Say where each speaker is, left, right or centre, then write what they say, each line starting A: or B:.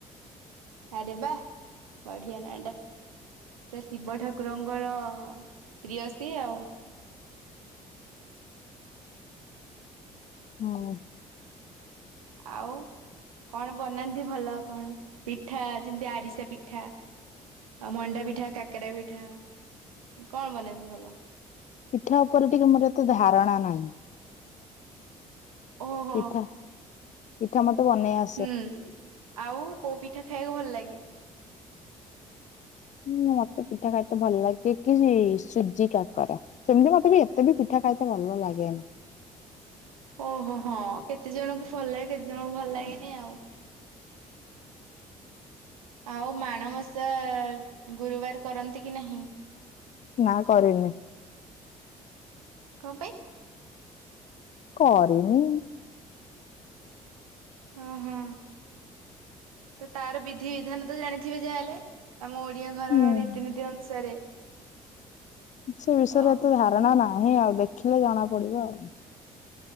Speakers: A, on the right; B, on the left.
A: ଆରେବାହଃ ବଢିଆ ନା ଟା। ପୁରା ଶିବ ଠାକୁରଙ୍କର ପ୍ରିୟ ସିଏ ଆଉ।
B: ହୁଁ।
A: ଆଉ କଣ ବନାନ୍ତି ଭଲ ଆପଣ ପିଠା ଯେମିତି ଆରିସା ପିଠା ଆଉ ମଣ୍ଡା ପିଠା କାକେରା ପିଠା କଣ ବନାନ୍ତି ଭଲ?
B: ପିଠା ଉପରେ ଟିକେ ମୋର ଏତେ ଧାରଣା ନାହିଁ।
A: ଓହୋ
B: ପିଠା ପିଠା ମତେ ବନେଇ ବା
A: ହୁଁ ଆଉ କୋଉ ପିଠା ଖାଇବାକୁ ଭଲ ଲାଗେ?
B: ହୁଁ ମତେ ପିଠା ଖାଇତେ ଭଲ ଲାଗେ କି ସୁଜି କାକରା। ସେମିତି ମତେ ବି ଏତେ ବି ପିଠା ଖାଇତେ ଭଲ ଲାଗେନି।
A: ଓହୋ ହୋ ହଁ କେତେ ଜଣଙ୍କୁ ଭଲ ଲାଗେ କେତେ ଜଣଙ୍କୁ ଭଲ ଲାଗନି ଆଉ। ଆଉ ମାଣ ବସା ଗୁରୁବାର କରନ୍ତି କି ନାହିଁ?
B: ନା କରେନି।
A: କଣ ପାଇଁ?
B: କରିନି
A: ହଁ ହଁ, ତ ତାର ବିଧି ବିିଧାନ ତ ଜାଣିଥିବେ ଯାହାହେଲେ? ଆମ ଓଡିଆ ଘରର
B: ହୁଁ।
A: ରୀତିନୀତି ଅନୁସାରେ।
B: ସେ ବିଷୟରେ
A: ତ
B: ଏତେ ଧାରଣା ନାହିଁ ଆଉ ଦେଖିଲେ ଜଣା ପଡିବ ଆଉ।